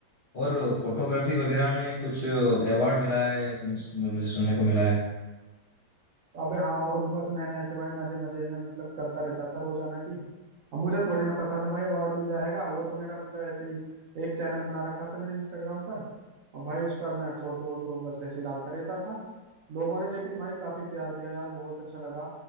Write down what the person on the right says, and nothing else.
अबे हाँ वो तो बस मैंने ऐसे भाई मजे मजे में मतलब करता रहता था रोजाना की अब मुझे थोड़ी ना पता था भाई अवार्ड मिल जाएगा वो तो मेरा मतलब ऐसे ही एक चैनल बना रखा था मैंने इंस्टाग्राम पर और भाई उस पर मैं फोटो वोटो बस ऐसे ही डालता रहता था लोगों ने लेकिन भाई काफी प्यार दिया यार बहुत अच्छा लगा